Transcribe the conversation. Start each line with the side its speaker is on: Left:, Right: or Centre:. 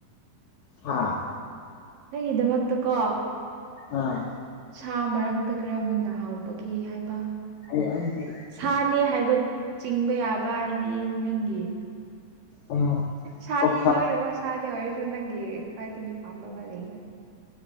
Left: ꯍꯥꯥ
Right: ꯑꯩꯒꯤ ꯗꯃꯛꯇ ꯀꯣ
Left: ꯑꯥ
Right: ꯁꯥ ꯃꯔꯛꯇ ꯀꯔꯝꯕꯅ ꯍꯥꯎꯕꯒꯦ ꯍꯥꯏꯕ
Left: ꯑꯩ ꯑꯩꯗꯤ
Right: ꯁꯥꯅꯦ ꯍꯥꯏꯕ ꯆꯤꯡꯕ ꯌꯥꯕ ꯍꯥꯏꯗꯤ ꯅꯪꯒꯤ
Left: ꯎꯝ
Right: ꯁꯥꯗꯤ
Left: ꯑꯣꯛꯁꯥ
Right: ꯂꯣꯏꯅꯃꯛ ꯁꯥꯗꯤ ꯑꯣꯏꯔꯁꯨ ꯅꯪꯒꯤ ꯈ꯭ꯋꯥꯏꯗꯒꯤ ꯄꯥꯝꯕ ꯑꯃ ꯂꯩꯌꯦꯅ